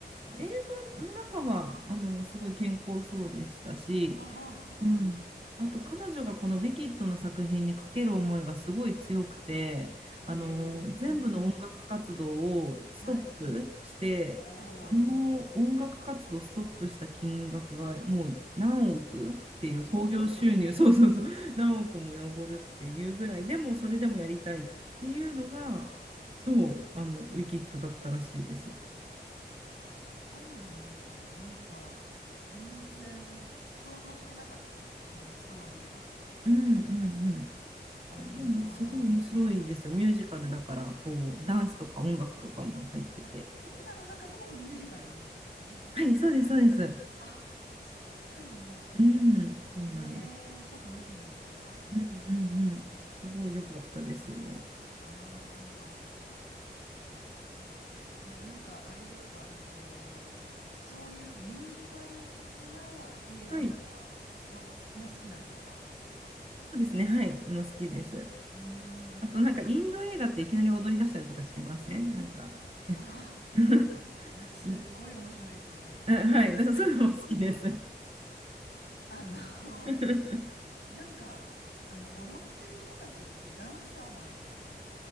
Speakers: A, on the right; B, on the left.
A: 映画の中はあのすごい健康そうでしたし、
B: ああ、そうなんですね。
A: うん。あと彼女がこの「ウィキッド」の作品にかける思いがすごい強くて、
B: へえ。
A: あの全部の音楽活動をストップして、
B: はい。お
A: その音楽活動をストップした金額がもう何億っていう興行収入、
B: お、もうそうですよね。
A: そうそうそう、何億も上るっていうぐらい、でもそれでもやりたいっていうのが、
B: は
A: そう、
B: あ、
A: あのウィキッドだったらしいです。
B: あ、そうなんですね。なんか、全然想像してなかったです。あのストーリーが。
A: うんうん
B: な、
A: でもすごい面白いですよ。
B: ああ。
A: ミュージカルだから、こう、ダンスとか音楽とかも入ってて。
B: あ、映画の中でもミュージカルになってるんですね。
A: はい、そうです、そうです。
B: あ、そうなんだ。
A: うん、そうなんです。
B: ええちょっと見てみようかな。
A: うんうんうん。すごい良かったですよ。
B: あ、本当ですか。ああ、あ、そう。え、なんかあれですか、えっと、そういうミュージカル的な映画とかを、
A: はい、
B: もう好きなんですか
A: そうですね。はい、もう好きです。
B: うーん。
A: あと、なんかインド映画っていきなり踊り出したりとかしませんなんか。
B: あ
A: <laughs>
B: あ、すっごい面白いですよね。
A: いあはい、だからそういうのも好きです。
B: その <laughs> あの、
A: <laughs>
B: なんか、あの、踊ってる人たちってダンサーなんですよね。